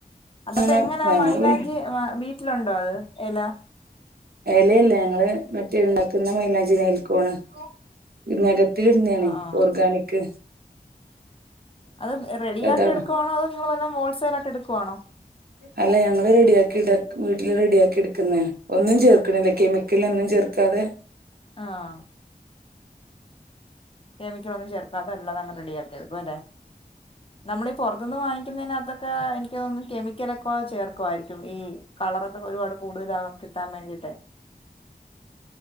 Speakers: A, on the left; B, on the right.
A: അതപ്പോ
B: അങ്ങനെ
A: എങ്ങനാ
B: ഞങ്ങള്
A: മൈയിലാഞ്ചി
B: പിന്നെ
A: വീട്ടിലുണ്ടോ അത് ഇല
B: ഇലയില്ല ഞങ്ങള് മറ്റേ ഉണ്ടാക്കുന്ന മയിലാഞ്ചി നേൽകോണ് ഈ നഖ ത്തിടുന്നെയണ്
A: ആഹ് ആഹ്
B: ഓർഗാനിക്
A: അത് റെഡിയാക്കി
B: അതാണ്
A: എടുക്കുണോ അത നിങ്ങൾ വല്ല ഹോൾസെൽ ആയിട്ട് എടുക്കവാണോ.
B: അല്ല ഞങ്ങള്ൾ റെഡിയാക്കി വീട്ടില് റെഡിയ ആാക്കി എടുക്കുന്ന. ഒന്നും ചേർക്ക്ണ്ല് കെമിക്ക മിക്കൽ ഒന്നും ചേർക്കാതെ
A: ആഹ് കെമിക്കൽ ഒും ചർക്കാതെ ഇളത് അങ് റെഡിയാക്കിയടുകും അല്ലെ. നമ്മളീഈ പുൊറത്തുന്ന് വാങ്ങിക്കുന്നതിനകത്തൊക്കെ എനിക്ക് തോന്നുന്നു കെമിക്കലൊക്കെ ചേർക്കുായിരിക്കും ഈ കളറൊക്കെ ഒരുപാട് കൂടുതലാകൻ കിട്ടാൻ വേണ്ടിട്ട്.